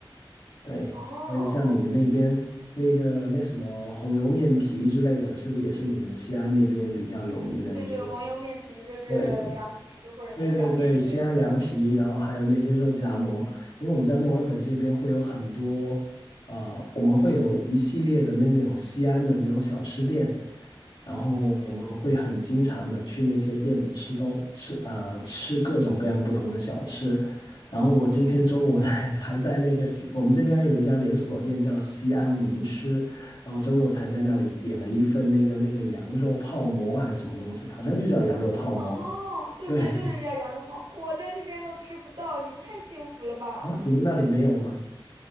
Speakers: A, on the left; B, on the right.
A: 对，
B: 哦，
A: 所以像你们那边那个那什么红油面皮之类的，是不是也是你们西安那边比较有名的一些？
B: 对对，黄油面皮就是凉皮或者是擀面皮儿。
A: 对，对对对，西安凉皮，
B: 嗯嗯
A: 然后还有那些肉夹馍，因为我们在墨尔本这边会有很多，呃，我们会有一系列的那那种西安的那种小吃店，然后我们会很经常的去那些店里吃东吃啊、
B: 嗯嗯嗯。
A: 呃吃各种各样不同的小吃，然后我今天中午才 <laughs> 才在那个西，我们这边有一家连锁店叫西安名吃，然后中午才在那里点了一份那个那个羊肉泡馍还是什么东西，好像就叫羊肉泡馍。
B: 哦，对对，
A: 对，
B: 就是叫羊肉泡馍，我在这边都吃不到，你们太幸福了吧？
A: 啊，
B: <laughs>
A: 你们那里没有吗？